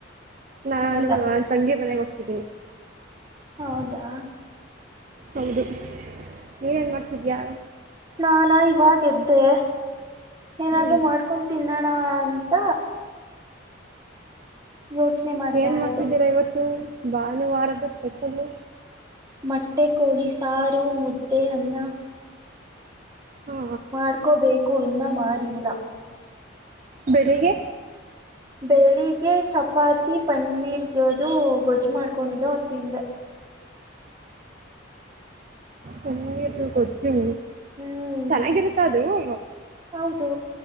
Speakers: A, on the right; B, on the right.
A: ನಾನು
B: ಹೌದಾ
A: ಅವಳು ತಂಗಿ ಮನೆಗೆ ಹೋಗ್ತಿದ್ದೀನಿ.
B: ಹೌದಾ
A: ಹೌದು ನೀನೇನ್ ಮಾಡ್ತಿದ್ದೀಯಾ,
B: ನಾನಾ ಇವಾಗ ಎದ್ದೆ. ಏನಾದ್ರು
A: ಹ್ಮ್
B: ಮಾಡ್ಕೊಂಡು ತಿನ್ನೋ ಹ ಅಂತ ಯೋಚನೆ ಮಾಡ್ತಾ
A: ಏನ್ ಮಾಡ್ತಿದ್ದೀರಾ
B: ಇದ್ದೆ
A: ಇವತ್ತು, ಭಾನುವಾರದ ಸ್ಪೆಷಲ್ಲ್.
B: ಮೊಟ್ಟೆ ಕೋಳಿ ಸಾರು ಮುದ್ದೆ ಅನ್ನ.
A: ಹಾ
B: ಮಾಡ್ಕೋಬೇಕು ಕ್ಕು ಇನ್ನ ಮಾಡಿಲ್ಲ,
A: ಬೆಳಿಗ್ಗೆ
B: ಬೆಳಿಗ್ಗೆ ಚಪಾತಿ ತಿ ಪನ್ನೀರ್ಗದು ಗೊಜ್ಜು ಮಾಡ್ಕೊಂಡಿದ್ದೊ ತಿಂದೆ.
A: ಹೆಂಗ್ವಿದ್ವು ಗೊಜ್ಜು,
B: ಹ್ಮ್
A: ಚೆನ್ನಾಗಿರುತ್ತ ಅ ದುವು
B: ಹೌದು